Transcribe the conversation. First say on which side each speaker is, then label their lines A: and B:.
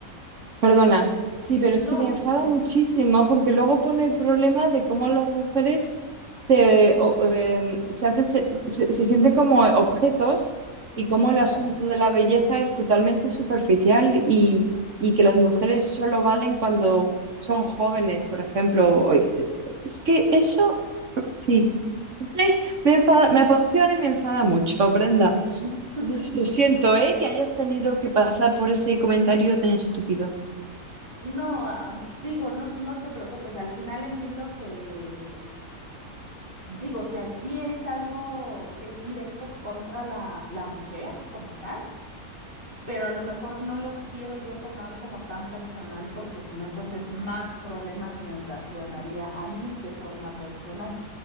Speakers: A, on the right; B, on the right.
A: Perdona. Sí, pero
B: no,
A: es que me enfada
B: sí,
A: muchísimo porque luego pone el problema de cómo las mujeres se, o- em, se, hacen- se, se- se sienten como objetos y cómo
B: exacto.
A: el asunto de la belleza es totalmente superficial y, y que las mujeres solo valen cuando son jóvenes, por ejemplo. O- Es que eso, sí. Ay, me enfada, me apasiona y me enfada mucho, <laughs> Brenda.
B: <laughs>
A: Entonces, lo siento, ¿eh? Que hayas tenido que pasar por ese comentario tan estúpido.
B: No, ah, digo, no, no te preocupes. Al final entiendo que, digo, o sea, sí es algo que es directo contra la, la mujer como tal pero a lo mejor no lo quiero yo tomar como tan personal porque si no, entonces más problemas me ocasionaría a mí de forma personal,